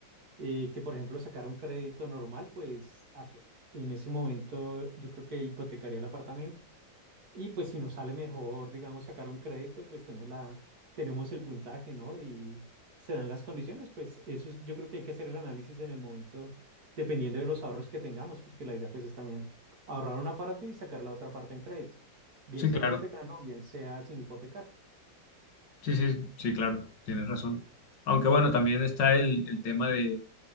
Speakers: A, on the right; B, on the left.
A: eh, que por ejemplo sacar un crédito normal, pues ap- en ese momento yo creo que hipotecaría el apartamento. Y pues si nos sale mejor, digamos, sacar un crédito, pues tenemos la, tenemos el puntaje, ¿no? Y se dan las condiciones, pues eso es- yo creo que hay que hacer el análisis en el momento, dependiendo de los ahorros que tengamos, porque la idea pues es también ahorrar una parte y sacar la otra parte en crédito, bien
B: Sí,
A: sea
B: claro.
A: hipotecando, o bien sea sin hipotecar.
B: Sí, sí, sí, claro, tienes razón. Aunque bueno, también está el, el tema de